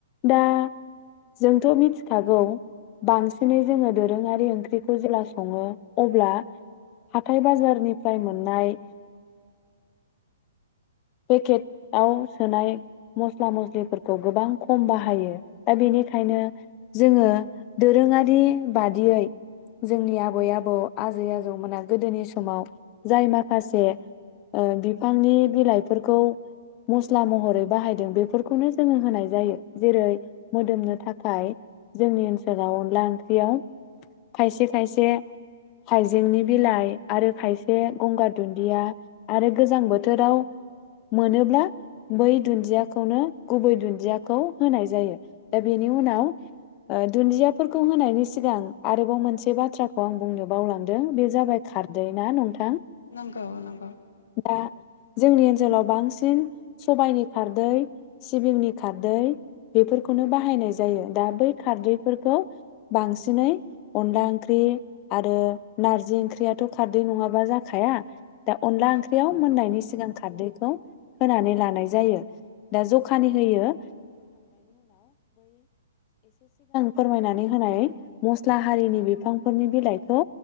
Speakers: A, on the left (about 30°); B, on the left (about 80°).
A: दा जोंथ' मिथिखागौ बांसिनै जोङो दोरोङारि ओंख्रिखौ जेब्ला सङो अब्ला हाथाय बाजारनिफ्राय मोननाय पेकेटआव सोनाय मस्ला मस्लिफोरखौ गोबां खम बाहायो दा बेनिखायनो जोङो दोरोङारि बादियै जोंनि आबै आबौ आजै आजौमोना गोदोनि समाव जाय माखासे बिफांनि बिलाइफोरखौ मस्ला महरै बाहायदों बेफोरखौनो जोङो होनाय जायो जेरै मोदोमनो थाखाय जोंनि ओनसोलाव जेराव अनला ओंख्रियाव खायसे खायसे हाइजेंनि बिलाइ आरो खायसे गंगार दुन्दिया आरो गोजां बोथोराव मोनोब्ला बै दुन्दियाखौनो गुबै दुन्दियाखौ होनाय जायो दा बेनि उनाव ओ। दुन्दियाफोरखौ होनायनि सिगां आरोबाव मोनसे बाथ्राखौ आं बुंनो बावलांदों बे जाबाय खारदै ना नोंथां।
B: नंगौ नंगौ।
A: दा जोंनि ओनसोलाव बांसिन सबायनि खारदै सिबिंनि खारदै बेफोरखौनो बाहायनाय जायो दा बै खारदै। फोरखौ बांसिनै अनला ओंख्रि आरो नारजि ओंख्रियाथ' खारदै नङाबा जाखाया। दा अनला
B: नंगौ
A: ओंख्रियाव मोननायनि सिम। सिगां खारदैखौ होनानै लानाय जायो। फोरमायनानै होनाय मस्ला हारिनि बिफानि बिलाइखौ